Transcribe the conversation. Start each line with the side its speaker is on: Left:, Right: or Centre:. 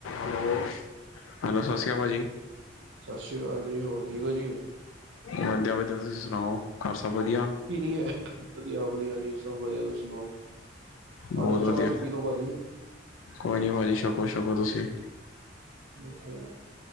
Left: ਹੈਲੋ ਹੈਲੋ ਸਤਿ ਸ਼੍ਰੀ ਕਾਲ ਭਾਜੀ।
Right: ਸਤਿ ਸ਼੍ਰੀ ਅਕਾਲ ਜੀ ਹੋਰ ਠੀਕ ਓ ਜੀ।
Left: ਵਧੀਆ ਵਧੀਆ ਤੁਸੀਂ ਸੁਣਾਓ? ਘਰ ਸਭ ਵਧੀਆ
Right: ਕੀ <unintelligible> ਵਧੀਆ ਵਧੀਆ ਜੀ ਸਭ ਵਧੀਆ ਤੁਸੀਂ ਸੁਣਾਓ?
Left: ਬਹੁਤ
Right: ਆਜੋ
Left: ਵਧੀਆ
Right: ਚਾਹ ਚੂ ਪੀ ਲੋ ਭਾਜੀ।
Left: ਕੋਈ ਨੀ ਭਾਜੀ ਛਕੋ ਛਕੋ ਤੁਸੀਂ।
Right: ਅੱਛਾ ਜੀ